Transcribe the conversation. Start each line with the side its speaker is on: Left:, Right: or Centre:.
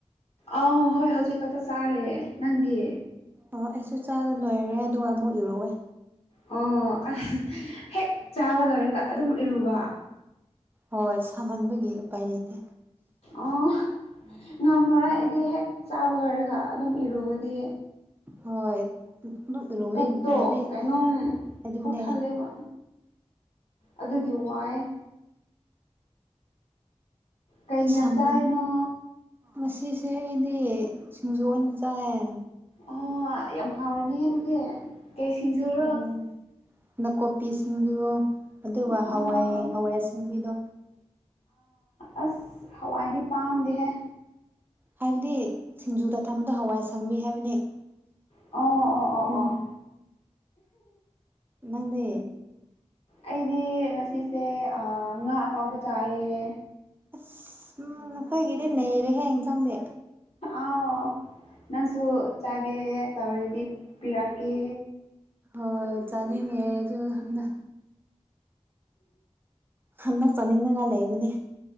Left: ꯑꯥꯎ ꯍꯣꯏ ꯍꯧꯖꯤꯛ ꯈꯛꯇ ꯆꯥꯔꯦ ꯅꯪꯗꯤ
Right: ꯑꯣ ꯑꯩꯁꯨ ꯆꯥꯗ ꯂꯣꯏꯔꯦ ꯑꯗꯨꯒ ꯑꯃꯨꯛ ꯏꯔꯣꯏ
Left: ꯑꯣ ꯑꯁ ꯍꯦꯛ ꯆꯥꯕ ꯂꯣꯏꯔꯒ ꯑꯗꯨꯝ ꯏꯔꯨꯕ
Right: ꯍꯣꯏ ꯁꯥꯃꯟꯕꯒꯤ ꯎꯄꯥꯏ ꯂꯩꯇꯦ
Left: ꯑ <unintelligible> ꯉꯝꯃꯔꯣ ꯑꯩꯗꯤ ꯍꯦꯛ ꯆꯥꯕ ꯂꯣꯏꯔꯒ ꯑꯗꯨꯝ ꯏꯔꯨꯕꯗꯤ
Right: ꯍꯣꯏ ꯑꯗꯨꯝ ꯏꯔꯨꯕꯗꯤ
Left: ꯄꯨꯛꯇꯣ
Right: ꯍꯥꯏꯕꯗꯤ
Left: ꯀꯩꯅꯣꯝ
Right: ꯑꯗꯨꯅꯦ
Left: ꯄꯨꯛ ꯊꯜꯂꯦꯕ ꯑꯗꯨꯒꯤ ꯋꯥꯏ ꯀꯩ ꯌꯤꯟꯖꯥꯡ
Right: ꯁꯥꯃꯟ
Left: ꯆꯥꯔꯤꯅꯣ
Right: ꯉꯁꯤꯁꯦ ꯑꯩꯗꯤ ꯁꯤꯡꯖꯨ ꯑꯣꯏꯅ ꯆꯥꯏ
Left: ꯑꯣ ꯌꯥꯝ ꯍꯥꯎꯔꯅꯤ ꯍꯥꯏꯦ ꯑꯗꯨꯗꯤ ꯀ ꯐꯤꯖꯣꯔ
Right: ꯑꯣ ꯅꯥꯀꯨꯞꯄꯤꯁꯤꯡꯗꯨ ꯑꯗꯨꯒ
Left: ꯑꯣ
Right: ꯍꯋꯥꯏ ꯍꯋꯥꯏ ꯑꯁꯪꯕꯤꯗꯣ
Left: ꯑꯁ ꯍꯋꯥꯏꯗꯤ ꯄꯥꯝꯗꯦꯍꯦ
Right: ꯍꯥꯏꯕꯗꯤ ꯁꯤꯡꯖꯨꯗ ꯊꯕꯗꯣ ꯍꯋꯥꯏ ꯑꯁꯪꯕꯤ ꯍꯥꯏꯕꯅꯤ
Left: ꯑꯣ ꯑꯣ ꯑꯣ
Right: ꯎꯝ
Left: ꯑꯣ
Right: ꯅꯪꯗꯤ
Left: ꯑꯩꯗꯤ ꯉꯁꯤꯁꯦ ꯉꯥ ꯑꯇꯥꯎꯕ ꯆꯥꯏꯌꯦ
Right: ꯑꯁ ꯎꯝ ꯅꯈꯣꯏꯒꯤꯗꯤ ꯅꯩꯔꯦꯍꯦ ꯌꯦꯟꯖꯥꯡꯗꯤ
Left: ꯑꯥꯎ ꯅꯪꯁꯨ ꯆꯥꯒꯦ ꯇꯧꯔꯤꯗꯤ ꯄꯤꯔꯛꯀꯦ
Right: ꯍꯣꯏ ꯆꯥꯅꯤꯡꯉꯦ ꯑꯗꯨ ꯍꯟꯗ ꯍꯟꯅꯛ ꯆꯥꯅꯤꯡꯅꯉꯥꯏ ꯂꯩꯕꯅꯦ